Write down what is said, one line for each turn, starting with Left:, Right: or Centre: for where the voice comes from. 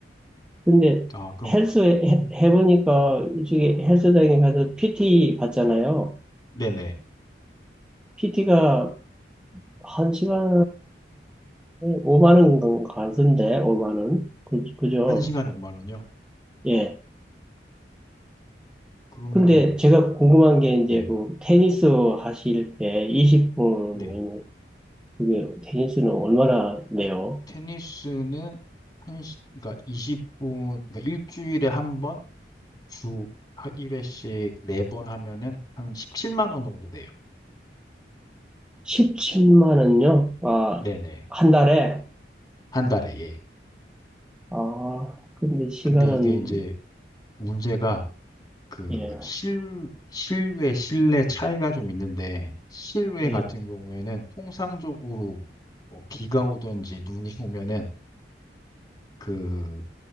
Centre: 근데
Left: 아, 그럼
Centre: 헬스 해,
Left: 그
Centre: 해보니까 이쪽에 헬스장에 가서 PT 받잖아요.
Left: 네네.
Centre: PT가 한 시간에 5만 원 가던데, 5만 원. 그, 그죠?
Left: 한 시간에 5만 원이요?
Centre: 예.
Left: 그러면은
Centre: 근데 제가 궁금한 게 이제
Left: 네.
Centre: 그 테니스 하실 때 20분,
Left: 네.
Centre: 그게 테니스는 얼마나 내요?
Left: 테니스는 한 시, 그러니까 20분, 그러니까 일주일에 한 번, 주 1회씩 4번 하면은 한 17만 원 정도 돼요.
Centre: 17만 원요? 아,
Left: 네네.
Centre: 한 달에?
Left: 한 달에, 예.
Centre: 아, 근데 시간은,
Left: 근데 이게 이제 문제가 그
Centre: 예,
Left: 실, 실외, 실내 차이가 좀 있는데, 실외
Centre: 예.
Left: 같은 경우에는 통상적으로 뭐 비가 오든지 눈이 오면은 그